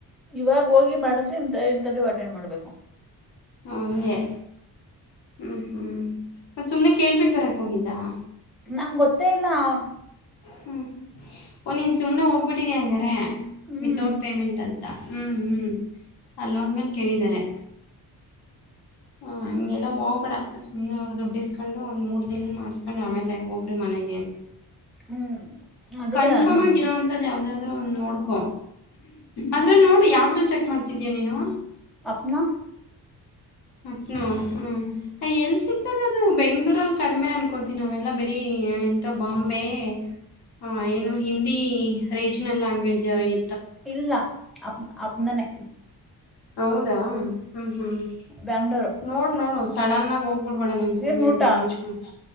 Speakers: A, in the centre; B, on the left (about 80°).
A: ಇವಾಗ ಹೋಗಿ ಮಾಡಿದ್ರೆ ಇಂಟರ್ ಇಂಟರ್ವ್ಯೂ ಅಟೆಂಡ್ ಮಾಡ್ಬೇಕ್.
B: ಹಂಗೆ ಹ್ಮ ಹ್ಮ್ ಮತ್ತ ಸುಮ್ನೆ ಕೇಳ್ಬಿಟ್ಟ ಬರಾಕ್ ಹೋಗಿದ್ದಾ.
A: ನಂಗ ಗೊತ್ತೇ ಇಲ್ಲಾವ.
B: ಹ್ಮ್ ಒಂನ್ನಿವ ಸುಮ್ನೆ ಹೋಗ್ಬಿಟ್ಟಿದಿ ಹಂಗಾರೆ.
A: ಹ್ಮ್
B: ವಿಥೌಟ್ ಪೇಮೆಂಟ್ ಅಂತಾ ಅಹ್ಮ್ ಹ್ಮ್. ಅಲ್ಲ್ ಹೊದ್ಮೇಲ ಕೇಳಿದ್ದಾರೆ. ಓ ಹಂಗ್. ಎಲ್ಲಾ ಹೋಬೇಡಾ ಸುಮ್ನೇ. ಆ ದುಡ್ಡ ಇಸ್ಕೊಂಡು ಒಂದು ಮೂರು ತಿಂಗ್ಲ ಮಾಡಸ್ಕೊಂಡು ಆಮೇಲೆ ಹೋಗ್ರಿ ಮನೆಗೆ ಅಂತ್.
A: ಹ್ಮ್ ಅದಕ್ಕೆ
B: ಕನ್ಫರ್ಮ್
A: ನಾನು
B: ಆಗಿರರುವಂತದ್ ಯಾವ್ದಾವ್ದ ಒಂದ ನೊಡ್ಕೋ ಅದ್ರಲ್ ನೋಡಿ ಯಾವ್ದ್ರಲಿ ಚೆಕ್ ಮಾಡ್ತ ತಿದೆ ನೀನು
A: ಅಪ್ನಾ
B: ಅಪ್ನಾ ಹ್ಮ್ಯ ಎಲ್ಲಿ ಸಿಕ್ಕದ ಅದು ಬೆಂಗ್ಳೂರಲ್ಲಿ ಕಡಿಮೆ ಅನ್ಕೊಂತೀವಿ ನಾವೆಲ್ಲ ಬರಿ ಎಂತ ಬಾಂಬೆ ಆ ಏನು ಹಿಂದಿ ರೀಜನಲ್ ಲ್ಯಾಂಗ್ವೇಜ್ ಇ
A: ಇಲ್ಲಾ ಅಪ್ ಅಪ್ನಾನನೆ.
B: ಅ ಹ್ಮ್ ಹ್ಮ್
A: ಬ್ಯಾಂಗ್ಳೂರು
B: ನೋಡ್ ನೋಡು ಸಡನ್ನಾಗ ಹೋಗ್. ನೋಡಬ್ಯಾಡ್ ನಿ ಸುಮ್ನೆ
A: ಏನ್ ಊಟ
B: ಇ ಕಣ್ ಮುಚ್ಚುಕೊ